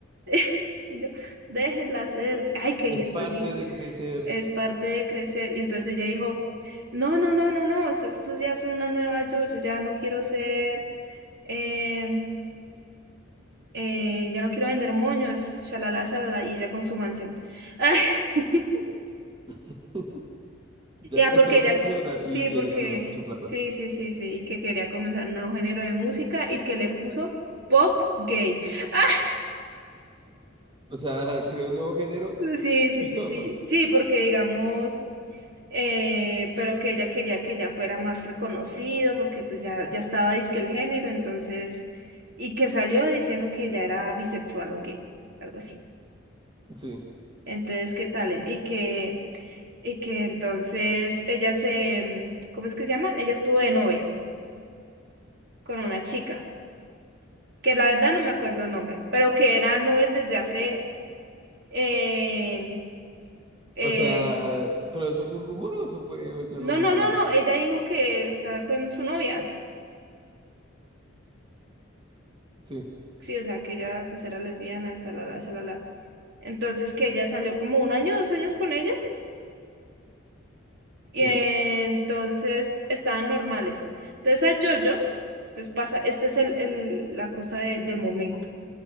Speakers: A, on the right; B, on the right.
A: <laughs> Y yo, déjenla ser. Ay, que
B: es
A: y después
B: parte
A: dije,
B: de crecer.
A: es parte de crecer. Y entonces ella dijo, no, no, no, no, no, es- esto ya es una nueva yo. Yo ya no quiero ser, eh, eh, ya no quiero vender moños, shalala, shalala. Y ella con su mansión. <laughs>
B: <laughs> Ya,
A: Ya,
B: esto
A: porque
B: no
A: ya,
B: funciona
A: que-
B: y,
A: sí, porque,
B: y ella ganando mucha plata.
A: sí, sí, sí, sí, que quería comenzar un nuevo género de música y que le puso pop gay. <laughs>
B: O sea, <laughs> creó un nuevo género
A: Sí, sí,
B: chistoso.
A: sí, sí, sí, porque digamos, eh, pero que ella quería que ya fuera más reconocido, porque pues ya, ya estaba disque el género, entonces, y que salió diciendo que ya era bisexual o gay, algo así.
B: Sí.
A: Entonces, ¿qué tal? Y que, y que entonces ella se, mm, ¿cómo es que se llama? Ella estuvo de novia con una chica. que la verdad no me acuerdo el nombre, pero que era nubes desde hace... eh, eh,
B: O sea, pero eso fue un rumor o eso fue, ya
A: no,
B: lo mismo
A: no, no,
B: lo dijo.
A: no, ella dijo que estaba con su novia.
B: Sí,
A: Sí, o sea, que ella pues era lesbiana, shalala, shalala. Entonces que ella salió como un año, dos años con ella y
B: sí.
A: eh, entonces estaban normales. Entonces a Jojo, entonces pasa, esta es el, el- la cosa del del momento,